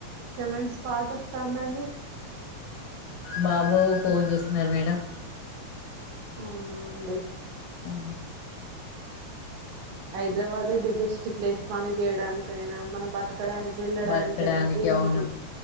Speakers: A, on the right; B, on the left.
A: మెంట్స్ పాట వస్తాందండి
B: బాబు ఫోన్ చూస్తున్నారు మేడం
A: అవునా అంటడి
B: అ
A: హైదరాబాదే ది బెస్ట్ ప్లేస్ పని చేయడానికైనా మన బతు ఎక్కడానికి వెళ్ళడానికయినా
B: బతకడానికి
A: దేనికి
B: అవును